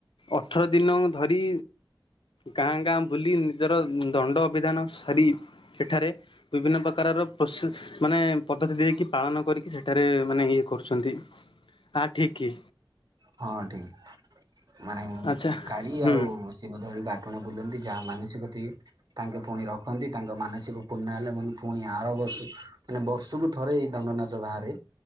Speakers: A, on the left; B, on the right.
A: ଅଠର ଦିନ ଧରି। ଗାଁ ଗାଁ ବୁଲି ନିଜର ଦଣ୍ଡ ଅବିଧାନ ସାରି ସେଠାରେ ବିଭିନ୍ନ ପ୍ରକାରର ପ୍ରସିଦ୍ଧ ମାନେ ପଦ୍ଧତି ଦେଇକି ପାଳନ କରିକି ସେଠାରେ ମାନେ ଇଏ କରୁଛନ୍ତି। ଆ ଠିକ୍ କି।
B: ହଁ ଠିକ ମାନେ
A: ଆଚ୍ଛା
B: କାଳି
A: ହୁଁ
B: ଆଉ ସିଙ୍ଗଧରି ବାଟଣା ବୁଲନ୍ତି ଯାହା ମାନସିକ ଥିବେ। ତାଙ୍କେ ପୁଣି ରଖନ୍ତି ତାଙ୍କ ମାନସିକ ପୁର୍ଣ୍ଣା ହେଲେ ମାନେ ପୁଣି ଆର ବର୍ଷୁ ମାନେ ବଷୁ ସବୁ ଥରେ ଏଇ ଦଣ୍ଡ ନାଚ ବାହାରେ